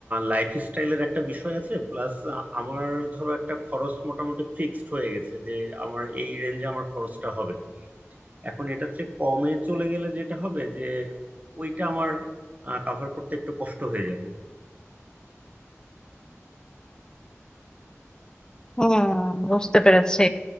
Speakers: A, on the right; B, on the left.
A: লাইফ স্টাইলের একটা বিষয় আছে প্লাস আমার ধরো একটা খরচ মোটামুটি ফিক্সড হয়ে গেছে যে আমার এই রেঞ্জে আমার খরচটা হবে এখন এটা হচ্ছে কমে চলে গেলে যেটা হবে যে ওইটা আমার কাভার করতে একটু কষ্ট হয়ে যাবে
B: হুম বুঝতে পেরেছি